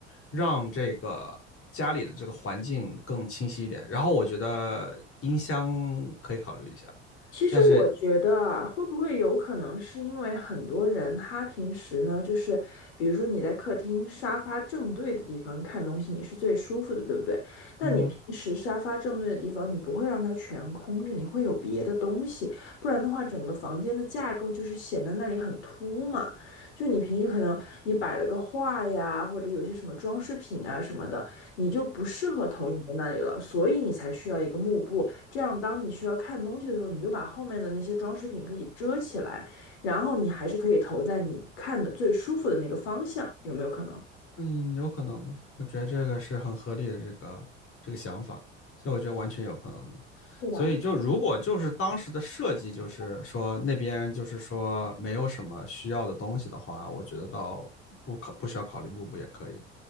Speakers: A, on the left; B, on the left.
A: 让这个家里的这个环境更清晰一点。然后我觉得音箱可以考虑一下，
B: 其实我觉得啊，
A: 但是
B: 会不会有可能是因为很多人他平时呢，就是比如说你在客厅沙发正对的地方看东西，你是最舒服的，对不对？但你平时沙发正对的地方，
A: 嗯哼。
B: 你不会让它全空着，你会有别的东西，不然的话，整个房间的架构就是显得那里很突嘛。就你平时可能你摆了个画呀，或者有些什么装饰品啊什么的，你就不适合投影在那里了，所以你才需要一个幕布。这样，当你需要看东西的时候，你就把后面的那些装饰品可以遮起来，然后你还是可以投在你看的最舒服的那个方向，有没有可能？
A: 嗯，有可能的，我觉得这个是很合理的这个这个想法，所以我觉得完全有可能的。
B: 对吧？
A: 所以就如果就是当时的设计，就是说那边就是说没有什么需要的东西的话，我觉得倒不考不需要考虑幕布也可以。